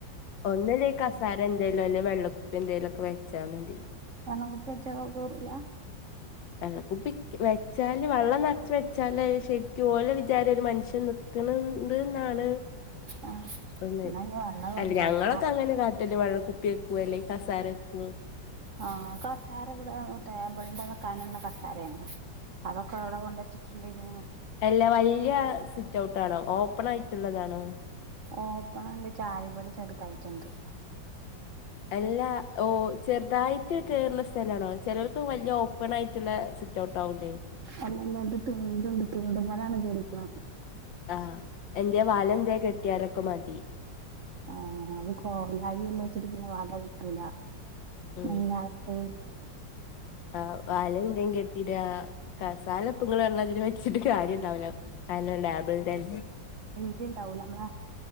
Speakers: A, on the left; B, on the right.
A: ഒന്നൂല്ലെങ്കി കസാര എന്തേലുംഅല്ലെ വെള്ളക്കുപ്പിഎന്തെലൊക്കെ വെച്ചാ മതി
B: വള്ളക്കുപ്പിവെച്ചാ കേറൂല
A: വെള്ളക്കുപ്പി വെച്ചാല് വള്ളംനർച്ച് വെച്ചാലത് ശെരിക്കും ഓലെ വിചാരം ഒര് മൻ പക്ഷെ നിക്ക്‌ണ് ണ്ട്ന്നാണ്
B: ആഹ്
A: ഒന്ന്
B: എന്നാ ഇനി വെള്ളം വെച്ചോക്കണം
A: അല്ലഞങ്ങളൊക്കെ അങ്ങനക ട്ട്ല് വള്ളക്കുപ്പിവെക്കു അല്ലെങ്കി കസാരവെക്കും
B: ആഹ് കസേര ഇവിട ടേബിളിന്റെ കനവുള്ള കസാരയാണ അതൊക്കെവുടെ കൊണ്ടെച്ചിട്ടുണ്ടെങ്കി
A: എല്ല വല്യസിറ്റ്ഔട്ടാണോ ഓപ്പൺ ആയിട്ടുള്ളതാണോ
B: ഓപ്പണല്ല ചാരുപടി ചെറുതായിറ്റ്ണ്ട്
A: അല്ലാ ഓഹ് ചെർതായി കേർണസ്ഥലാണോ ചിലർത് വല്യ ഓപ്പണായിട്ട്ള്ള സിറ്റ്ഔട്ട്ആവൂലേ
B: അല്ലല്ല ഇത് തീണ്ട്ണ്ട് തീണ്ട്മ്മേലാണ് കേറീക്ക്ണ
A: ആഹ് എന്തേവാലന്തേ കെട്ടിയാലൊക്കെ മാക്കി
B: ആഹ് അത് കോലായി അല്ലേച്ചിട്ട് പിന്നെ വാടക കിട്ടൂല
A: ഉം
B: അതിനാത്ത്
A: ആഹ് വലഎന്തേ കെട്ടിടാ കസാല പ്പങ്ങള് അമ്മാതിരി വെച്ചിട്ട് കാര്യഇണ്ടാവൂല <unintelligible> ലാബ്ന്റല്ലേ
B: ത്ഇണ്ടാവൂല മ്മള